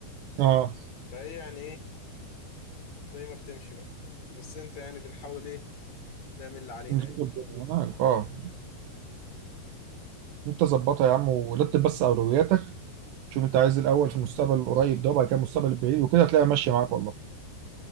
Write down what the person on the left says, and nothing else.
فهي يعني إيه زي ما بتمشي بقى بس انت يعني بنحاول ايه نعمل اللي علينا
يعني